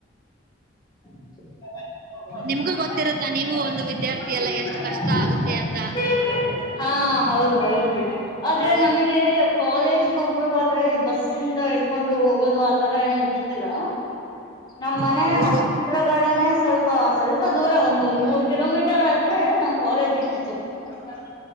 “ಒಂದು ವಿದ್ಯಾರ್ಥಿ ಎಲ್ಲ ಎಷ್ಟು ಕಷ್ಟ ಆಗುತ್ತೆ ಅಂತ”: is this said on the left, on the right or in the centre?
Right